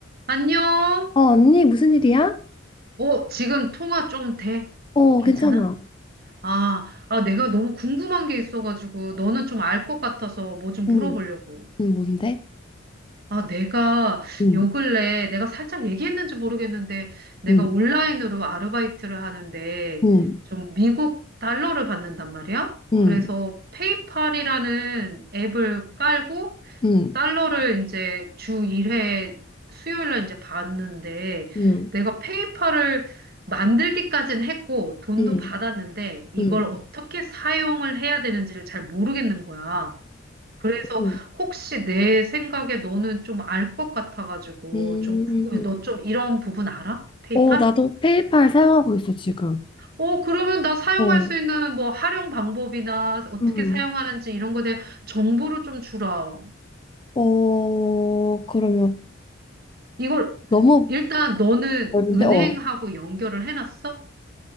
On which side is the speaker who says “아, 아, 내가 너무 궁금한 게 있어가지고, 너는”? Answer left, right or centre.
Right